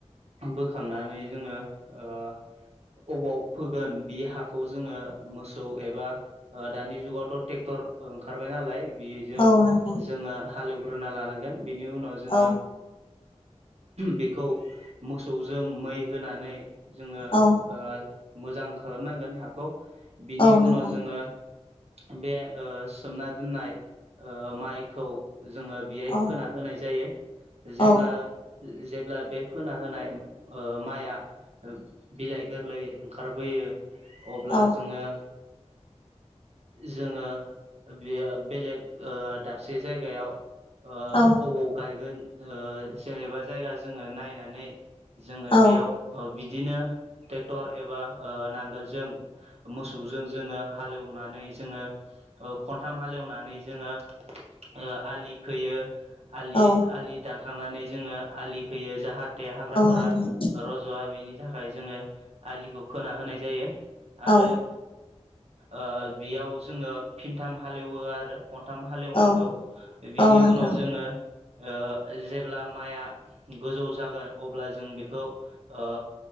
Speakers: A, on the right; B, on the left.
A: बोखांनानै जोङो ओ अबाव फोगोन बि हाखौ जोङो मोसौ एबा ओ दानि जुगावथ टेक्टर ओंखारबाय नालाय बेजों
B: औ नोंथां
A: जोङो हालेवग्रोना लानांगोन बेनि उनाव जोङो
B: औ
A: बेखौ मोसौजों मै होनानै जोङो
B: औ
A: ओ मोजां खालामनांगोन हाखौ बिनि
B: औ नोंथां
A: उनाव जोङो बे ओ सोमना दोननाय ओ माइखौ जोङो बेहाय
B: औ
A: फोना होनाय जायो जेब्ला
B: औ
A: जेब्ला बे फोना होनाय ओ माइआ बिलाइ गोरलै ओंखारबोयो अब्ला
B: औ
A: जोङो जोङो बेयो बेलेग दाबसे जायगायाव ओ
B: औ
A: अबाव गायगोन जेनेबा जायगा जोङो नायनानै जोङो
B: औ औ
A: बेयाव ओ बिदिनो ट्रेक्टर एबा ओ‌ नांगोलजों मोसौजों जोङो हालेवनानै जोङो ओ‌ खनथाम हालेवनानै जोङो ओ आलि फोयो आलि
B: औ
A: आलि दानखांनानै जोङो आलि फोयो जाहा थे हाग्राफोरा
B: नोंथां
A: रजआ बिनि थाखाय जोङो आलिखौ खोना होनाय जायो। आरो
B: औ
A: ओ बेयाव जोङो फिनथाम हालेवो आरो खनथाम हालेवनांगौ
B: औ
A: बिनि
B: औ नोंथां
A: उनाव जोङो ओ जेब्ला माइआ गोजौ जागोन अब्ला जों बेखौ ओ